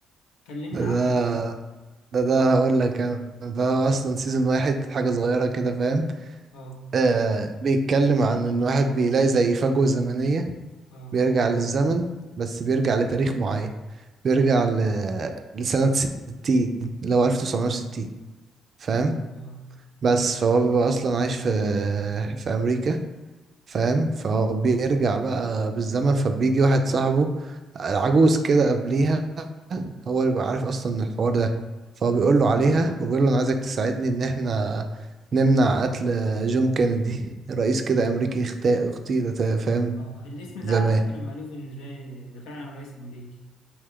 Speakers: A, on the left; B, on the right.
A: كلمنا
B: ده ده
A: عنه طيب
B: ده, ده هقول لك انا ده اصلا سيزون واحد حاجة صغيرة كده فاهم
A: اه
B: آه بيتكلم عن ان واحد بيلاقي زي فجوة زمنية
A: اه
B: بيرجع للزمن بس بيرجع لتاريخ معين بيرجع ل... لسنة 60 اللي هو
A: اه
B: 1960 فاهم
A: اه
B: بس فهو بيبقى اصلا عايش في في امريكا فاهم فهو بيرجع
A: اه
B: بقى بالزمن فبيجي واحد صاحبه العجوز كده قبليها هو اللي بيبقى عارف اصلا الحوار ده فهو بيقول له عليها وبيقول له انا عايزك تساعدني ان احنا نمنع قتل جون كينيدي رئيس كده امريكي اغتا- اغتيل تا- فاهم
A: آه، الاسم
B: زمان
A: ده على فكره مألوف ان ده ده فعلا رئيس امريكي